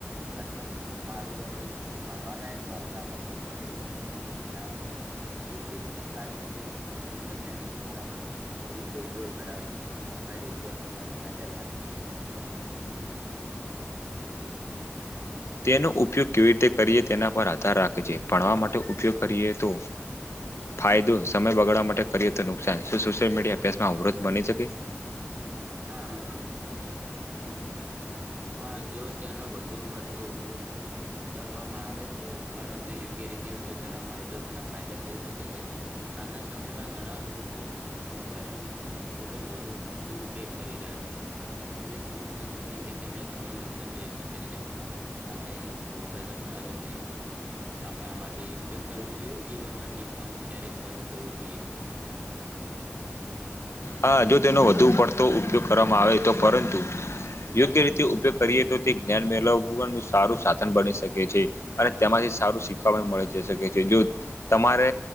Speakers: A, on the right; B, on the left.
A: ઘરમાં જો સારું અને ભણવા લાયક વાતાવરણ હોય તો ઘણી મજા આવે જે તી સારી રીતે ભણી શકે અને પોતાનું ભવિષ્ય ઉજ્જવલ બનાવે છે શું મોબાઈલ વિદ્યાર્થીઓ માટે ફાયદાકારક છે કે નુકાનકારક
B: તેનો ઉપયોગ કેવી રીતે કરીએ તેના પર આધાર રાખે છે ભણવા માટે ઉપયોગ કરીએ તો ફાયદો સમય બગાડવા માટે કરીએ તો નુકસાન શું સોશિયલ મીડિયા અભ્યાસમાં અવરોધ બની શકે
A: હા હા જો તેનો વધુ પડતો ઉપયોગ કરવામાં આવે તો પરંતુ યોગ્ય રીતે ઉપયોગ કરવામાં આવે તો ઘણા ફાયદા થઈ શકે છે હાલના સમયમાં ઘણા લોકો મોબાઈલ નો ખુબ જ વધુ ઓ દુરુપયોગ કરી રહ્યા છે પણ તે સમજના નથી કે તેમને ઘણું નુકસાન થઈ શકે છે આપણે મોબાઈલનો ચારોને આપણા માટે ઉપયોગ કરવો જોઈએ જીવનમાં શીખવાનું ક્યારેક બંધ થવું જોઈએ
B: હા જો તેનો વધ વધુ પડતો ઉપયોગ કરવામાં આવે તો પરંતુ યોગ્ય રીતે ઉપયોગ કરીએ તો તે જ્ઞાન મેળવવાનું સારું સાધન બની શકે છે અને તેમાંથી સારું શીખવા પણ મળી શકે છે જો તમારે